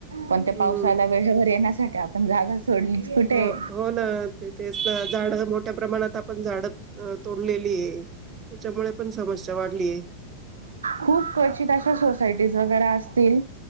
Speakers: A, on the right; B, on the right.
A: पण ते
B: हं.
A: पावसाला वेळेवर येणास आपण जागा सोडलीच कुठे.
B: हो हो ना तेथच झाड मोठ्या प्रमाणात आपण झाड तोड. तोडलेली त्याच्यामुळें पण समस्या वाढली आहे.
A: खूप क्वचित अशा सोसायटी वगै असतील